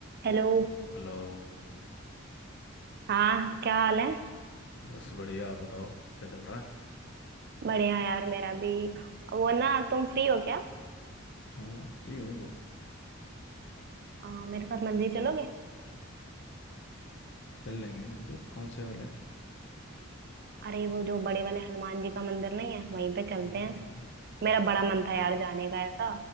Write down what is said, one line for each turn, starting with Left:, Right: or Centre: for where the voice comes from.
Right: Hello
Left: Hello
Right: हाँ क्या हाल है
Left: बस बढ़िया आप बताओ क्या चल रहा है
Right: बढ़िया यार मेरा भी वो ना तुम फ्री हो क्या
Left: हाँ फ्री हूँ बोलो
Right: आ, मेरे साथ मंदिर चलोगे
Left: चल लेंगे मंदिर कौन से वाले हैं
Right: अरे वो जो बड़े वाले हनुमान जी का मंदिर नहीं है वहीं पे चलते
Left: हम्म।
Right: हैं मेरा बड़ा मन था यार जाने का ऐसा